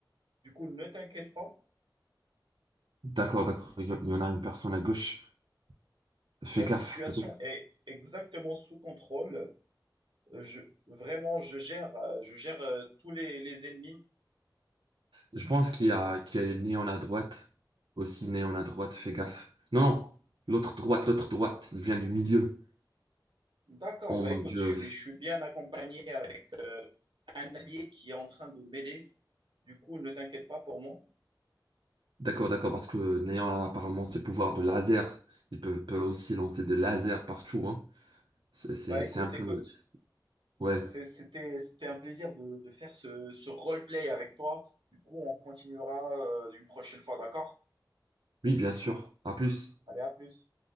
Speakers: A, on the right; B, on the right.
A: Du coup, ne t'inquiète pas,
B: d'accord, d'accord. Il y, a- il y en a une personne à gauche. Fais
A: la
B: gaffe,
A: situation
B: peut-être.
A: est exactement sous contrôle. Euh, Je, vraiment, je gère, euh, je gère euh, tous les, les ennemis.
B: Je pense qu'il y a, qu'il y a une néon à droite. Aussi néon à droite, fais gaffe. Non, non, l'autre droite, l'autre droite, il vient du milieu.
A: D'accord,
B: Oh
A: bah
B: mon
A: écoute,
B: Dieu.
A: je suis, je suis bien accompagné avec un allié qui est en train de m'aider. Du coup, ne t'inquiète pas pour moi.
B: D'accord, d'accord, parce que néon a apparemment ses pouvoirs de laser. Il peut, peut aussi lancer des lasers partout, hein. C'est, c'est,
A: Bah écoute,
B: c'est un peu...
A: écoute,
B: Ouais,
A: c'est- c'était, c'était un plaisir de, de faire ce, ce roleplay avec toi. Du coup, on continuera euh, une prochaine fois, d'accord?
B: oui, bien sûr. À plus.
A: Allez, à plus.